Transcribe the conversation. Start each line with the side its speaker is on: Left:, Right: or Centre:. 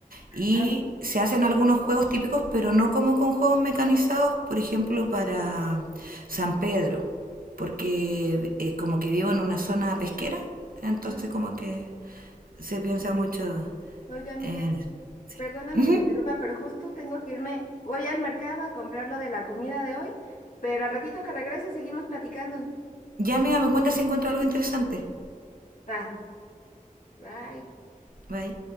Right: Y
Left: Ah, pues,
Right: se hacen algunos juegos típicos, pero no como con juegos mecanizados, por ejemplo, para San Pedro. Porque eh, como que vivo en una zona pesquera, entonces
Left: ajá.
Right: como que se piensa mucho
Left: Oye, amiga,
Right: en eso.
Left: perdóname
Right: Ujú.
Left: que te interrumpa, pero justo tengo que irme. Voy al mercado a comprar lo de la comida de hoy, pero al ratito que regrese seguimos platicando.
Right: Ya, amiga, me cuenta si encuentro algo interesante.
Left: Va, bye.
Right: Bye.